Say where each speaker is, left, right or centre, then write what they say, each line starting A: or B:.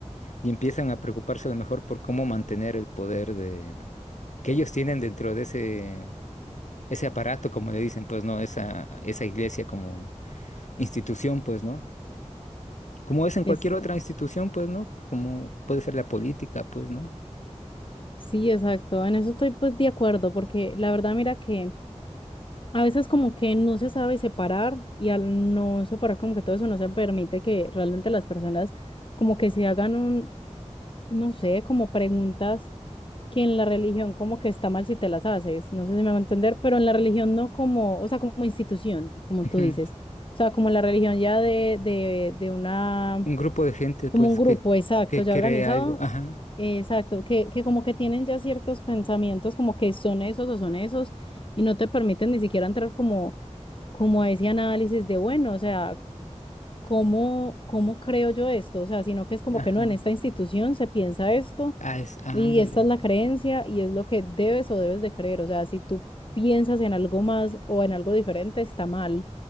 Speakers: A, on the left; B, on the left.
A: y empiezan a preocuparse a lo mejor por cómo mantener el poder de, que ellos tienen dentro de ese ese aparato, como le dicen, pues no, esa, esa iglesia como institución, pues no. Como es en cualquier
B: Es,
A: otra institución, pues no, como puede ser la política, pues no.
B: sí, exacto. En eso estoy pues de acuerdo, porque la verdad, mira que a veces como que no se sabe separar y al no separar como que todo eso no se permite que realmente las personas como que se hagan un, no sé, como preguntas que en la religión como que está mal si te las haces. No sé si me va a entender, pero en la religión no como, o sea, como institución, como
A: Ujú.
B: tú dices. O sea, como la religión ya de, de, de una
A: Un grupo de gente, pues,
B: Como un grupo,
A: que,
B: exacto,
A: que
B: ya
A: cree
B: organizado,
A: algo. Ajá,
B: exacto, que, que como que tienen ya ciertos pensamientos, como que son esos o son esos, y no te permiten ni siquiera entrar como, como a ese análisis de, bueno, o sea, ¿cómo, cómo creo yo esto? O sea, sino que es como
A: ajá.
B: que no, en esta institución se piensa esto,
A: Ah, es, ah,
B: y
A: ándale.
B: esta es la creencia, y es lo que debes o debes de creer. O sea, si tú piensas en algo más o en algo diferente, está mal,